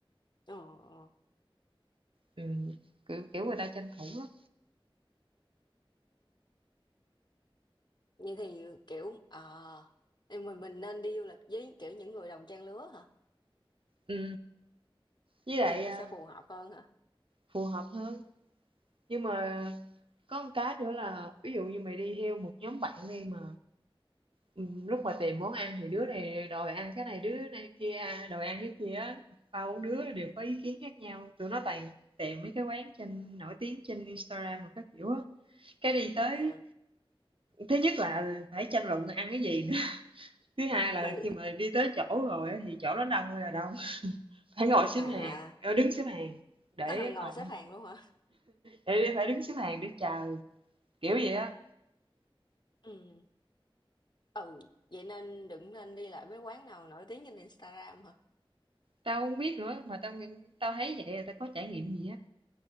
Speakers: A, on the left; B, on the right.
A: Ờ, ờ.
B: ừ, kiểu kiểu người ta tranh thủ lắm
A: vậy thì, kiểu, ờ, thì mình mình nên đi du lịch với, kiểu, những người đồng trang lứa hả?
B: ừ, với lại
A: Thì nó
B: à,
A: sẽ phù hợp hơn hả?
B: phù hợp hơn nhưng mà có một cái nữa là ví dụ như mày đi theo một nhóm bạn đi mà ừ, lúc mà tìm món ăn thì đứa này đòi ăn cái này đứa này kia à, đòi ăn cái kia á. bao đứa đều có ý kiến khác nhau tụi nó toàn tìm mấy cái quán trên nổi tiếng trên Instagram mà các kiểu á cái đi tới
A: À.
B: Thứ nhất là phải tranh luận ăn cái gì nữa, thứ hai là
A: Ừ,
B: khi mà đi tới chỗ rồi á, thì chỗ đó đông ơi là đông, phải ngồi xếp
A: à.
B: hàng, ờ, đứng xếp hàng để
A: Ờ, ngồi
B: ngồi
A: xếp hàng luôn hả?
B: để phải đứng xếp hàng để chờ, kiểu vậy á.
A: Ừm, ừ, vậy nên đừng nên đi lại mấy quán nào nổi tiếng trên Instagram hả?
B: Tao không biết nữa mà tao nghĩ tao thấy vậy là tao có trải nghiệm gì á.